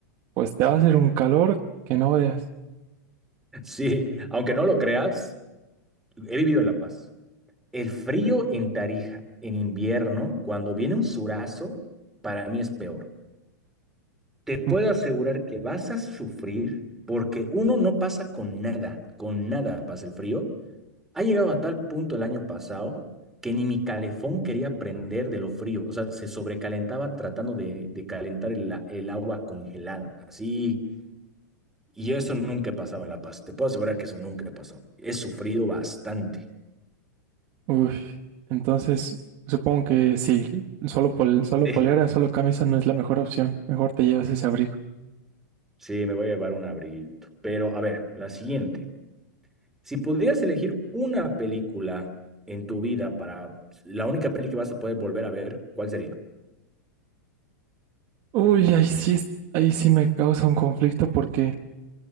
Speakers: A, on the right (about 25°); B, in the centre.
A: pues te va a hacer un calor que no veas.
B: <laughs> Sí, aunque no lo creas, he vivido en La Paz. El frío en Tarija, en invierno, cuando viene un surazo, para mí es peor. Te puedo
A: Mm,
B: asegurar que vas a sufrir porque uno no pasa con nada, con nada pasa el frío. Ha llegado a tal punto el año pasado que ni mi calefón quería prender de lo frío, o sea, se sobrecalentaba tratando de, de calentar el, a- el agua congelada, así. Y eso nunca pasaba en La Paz, te puedo asegurar que eso nunca pasó. He sufrido bastante.
A: Uy, entonces supongo que sí, solo, pol- solo
B: <laughs>
A: polera, solo camisa no es la mejor opción. Mejor te llevas ese abrigo.
B: Sí, me voy a llevar un abriguito. Pero a ver, la siguiente. Si pudieras elegir una película en tu vida para la única peli que vas a poder volver a ver, ¿cuál sería?
A: Uy, ahí sí, es- ahí sí me causa un conflicto porque